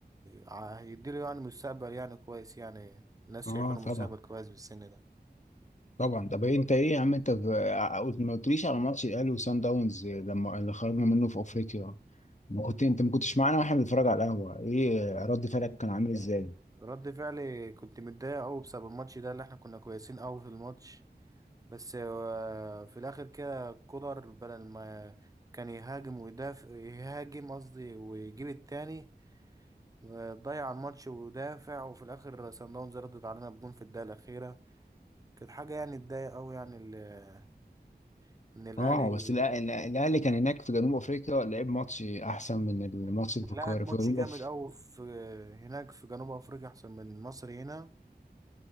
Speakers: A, on the right; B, on the left.
A: ع- هيديله يعني مستقبل يعني كويس يعني الناس
B: اه
A: شايفه انه
B: طبعا
A: مستقبل كويس بالسن ده
B: طبعا طب إيه انت ايه يا عم انت ب- ما قلتليش على ماتش الاهلي وسان داونز لما اللي خرجنا منه في افريقيا ما كنت انت ما كنتش معانا واحنا بنتفرج على القهوة ايه رد فعلك كان عامل ازاي؟
A: رد فعلي كنت متضايق قوي بسبب الماتش ده اللي احنا كنا كويسين قوي في الماتش بس آه، في الاخر كده كولر بدل ما كان يهاجم ويدافع يهاجم قصدي ويجيب التاني آه، ضيع الماتش ودافع وفي الاخر سان داونز ردت علينا بجون في الدقيقه الاخيره كانت حاجه يعني تضايق قوي يعني ال- ان الاهلي
B: اه بس الأ- الأ- الاهلي كان هناك في جنوب افريقيا لعب ماتش احسن من الماتش اللي
A: لاعب
B: في القاهره
A: ماتش
B: في جنوب
A: جامد
B: أف...
A: قوي في هناك في جنوب افريقيا احسن من مصر هنا